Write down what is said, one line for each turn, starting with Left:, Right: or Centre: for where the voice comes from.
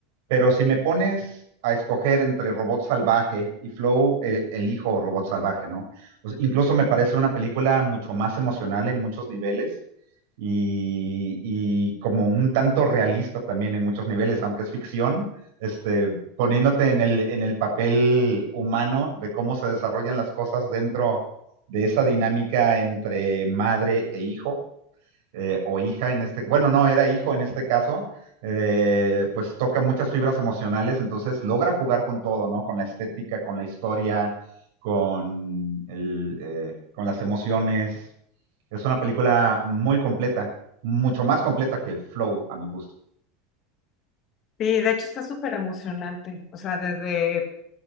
Right: pero si me pones a escoger entre Robot Salvaje y Flow, eh, elijo Robot Salvaje, ¿no? O sea, incluso me parece una película mucho más emocional en muchos niveles y, y como un tanto realista también en muchos niveles, aunque es ficción, este, poniéndote en el, en el papel humano de cómo se desarrollan las cosas dentro de esa dinámica entre madre e hijo eh, o hija en este, bueno, no, era hijo en este caso, eh, pues toca muchas fibras emocionales, entonces logra jugar con todo, ¿no? Con la estética, con la historia, con, el, eh, con las emociones. Es una película muy completa, mucho más completa que Flow, a mi gusto.
Left: Sí, de hecho está súper emocionante. O sea, desde